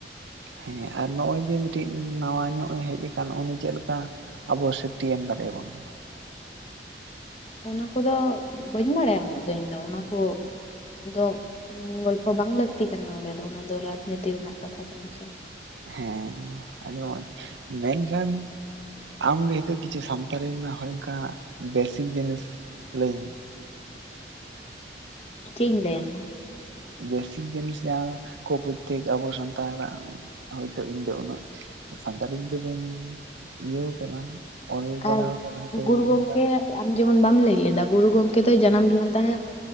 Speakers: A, on the right; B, on the left.
A: ᱦᱮᱸ ᱟᱨ ᱱᱚᱜᱼᱚᱭ ᱡᱮ ᱢᱤᱫᱴᱤᱡ ᱱᱟᱣᱟ ᱧᱚᱜ ᱦᱮᱡ ᱠᱟᱱ ᱩᱱᱤ ᱪᱮᱫᱞᱮᱠᱟ ᱟᱵᱚ ᱥᱮᱯᱷᱴᱤ ᱮᱢ ᱫᱟᱲᱮᱭᱟᱵᱚᱱ ᱠᱟᱱᱟ ᱾
B: ᱚᱱᱟ ᱠᱚᱫᱚ ᱵᱟᱹᱧ ᱵᱟᱲᱟᱭᱟ ᱩᱱᱟᱹᱜ ᱫᱚ ᱤᱧ ᱫᱚ ᱚᱱᱟ ᱠᱚ ᱫᱚ ᱜᱚᱞᱯᱷᱚ ᱵᱟᱝ ᱞᱟᱹᱠᱛᱤ ᱠᱟᱱᱟ ᱚᱸᱰᱮ ᱫᱚ ᱚᱱᱟ ᱫᱚ ᱨᱟᱡᱽᱱᱤᱛᱤ ᱨᱮᱱᱟᱜ ᱠᱟᱛᱷᱟ ᱠᱟᱱᱟ ᱥᱮ ᱾
A: ᱦᱮᱸ ᱟᱹᱰᱤ ᱢᱚᱸᱡᱽ ᱢᱮᱱᱠᱷᱟᱱ ᱟᱢᱜᱮ ᱦᱚᱭᱛᱚ ᱠᱤᱪᱷᱩ ᱥᱟᱱᱛᱟᱲᱤ ᱨᱮᱱᱟᱜ ᱦᱚᱭ ᱚᱱᱠᱟ ᱵᱮᱥᱤᱠ ᱡᱤᱱᱤᱥ ᱞᱟᱹᱭ ᱢᱮ ᱾
B: ᱪᱮᱫ ᱤᱧ ᱞᱟᱹᱭᱟᱢᱟ?
A: ᱵᱮᱥᱤᱠ ᱡᱤᱱᱤᱥ ᱡᱟᱦᱟᱸ ᱠᱚ ᱯᱳᱭᱛᱮᱠ ᱟᱵᱚ ᱥᱟᱱᱛᱟᱲᱟᱜ ᱦᱚᱭᱛᱳ ᱤᱧ ᱫᱚ ᱩᱱᱟᱹᱜ ᱥᱟᱱᱛᱟᱲᱤ ᱛᱮᱫᱚ ᱵᱟᱹᱧ ᱤᱭᱟᱹᱣ ᱟᱠᱟᱫᱟ ᱚᱞ ᱵᱟᱲᱟᱣ
B: ᱟᱨ
A: ᱟᱠᱟᱱᱟ ᱥᱮ
B: ᱜᱩᱨᱩ
A: ᱵᱟᱹᱧ ᱤᱭᱟᱹ
B: ᱜᱚᱝᱠᱮ
A: ᱠᱟ
B: ᱟᱢ ᱡᱮᱢᱚᱱ ᱵᱟᱢ ᱞᱟᱹᱭ ᱞᱮᱫᱟ ᱜᱩᱨᱩ ᱜᱚᱢᱠᱮ ᱫᱚᱭ ᱡᱟᱱᱟᱢ ᱞᱮᱱ ᱛᱟᱦᱮᱸᱫ